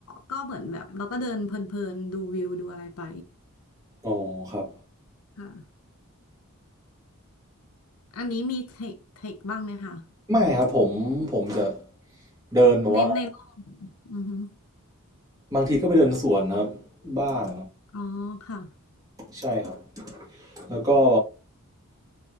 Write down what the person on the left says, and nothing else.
ก็เหมือนแบบเราก็เดินเพลินๆดูวิวดูอะไรไป
ค่ะ อันนี้มีเทคเทคบ้างไหมคะ
เน้นในโลกอือฮึ
อ๋อค่ะ